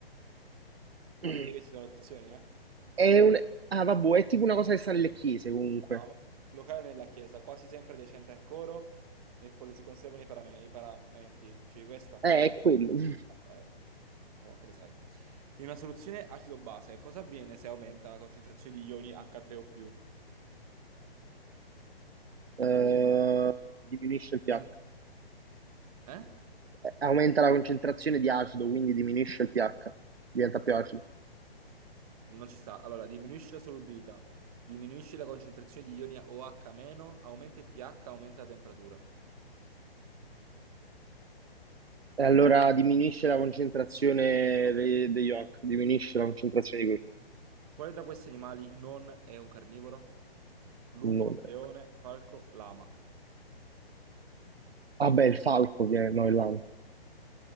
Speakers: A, on the right; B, on the right.
A: mm,
B: Ah, vedete che ci sono le opzioni, eh?
A: È un. Ah, vabbè, è tipo una cosa che sta nelle chiese comunque.
B: Bravo. Locale nella chiesa, quasi sempre adiacente al coro, nel quale si conservano i, parame- i paramenti. Cioè, questa?
A: Eh, è quello. <laughs>
B: Ok, ok. Ma quante ne sai? In una soluzione acido-base, cosa avviene se aumenta la concentrazione di ioni H3O+.
A: Eh, diminuisce il pH.
B: Dim- eh?
A: Eh, Aumenta la concentrazione di acido, quindi diminuisce il pH, diventa più acido.
B: Non ci sta. Allora, diminuisce la solubilità, diminuisce la concentrazione di ioni OH-, aumenta il pH, aumenta la temperatura.
A: E allora diminuisce la concentrazione
B: No.
A: de- degli oc, diminuisce la concentrazione di quel
B: Quale tra questi animali non è un carnivoro? Lupo,
A: nome.
B: leone,
A: ecco.
B: falco, lama.
A: Vabbè, il falco, che no, è là.